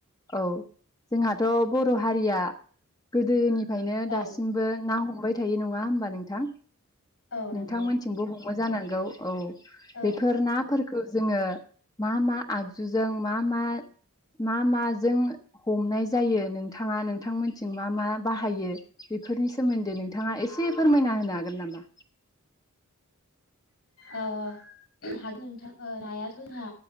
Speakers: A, on the left; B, on the left.
A: औ। जोंहाथ' बर' हारिया। गोदोनि गोदोनिफ्रायनो
B: औ
A: दासिमबो ना हम हमबाय थायो नङा होमबा नोंथां?
B: औ नंगौ
A: नोंथांमोनथिंबो हम हमो जानांगौ औ।
B: औ
A: बेफोर नाफोर जोङो मा मा आगजुजों मा मा मा माजों हमनाय जायो नोंथाङा नोंथांमोनथिं मा मा बाहायो बेफोरनि सोमोन्दै नोंथाङा एसे फोरमायना होनो हागोन नामा?
B: औ औ हागोन नोंथां नायाथ' जोंहा